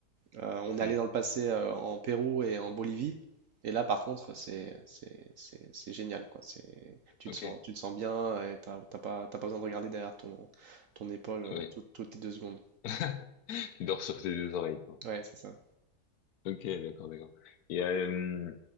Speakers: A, on the right; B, on the left.
A: euh, on allait
B: Mhm.
A: dans le passé euh, en Pérou et en Bolivie. Et là, par contre, c'est c'est- c'est- c'est génial, quoi. C'est, tu
B: Ok.
A: te sens, tu te sens bien et t'as t'as pas, t'as pas besoin de regarder derrière ton, ton épaule euh,
B: Ouais.
A: tout- toutes les deux secondes.
B: <laughs> Tu dors sur tes deux oreilles, quoi.
A: Ouais, c'est ça.
B: Ok, d'accord, d'accord. Et, euh,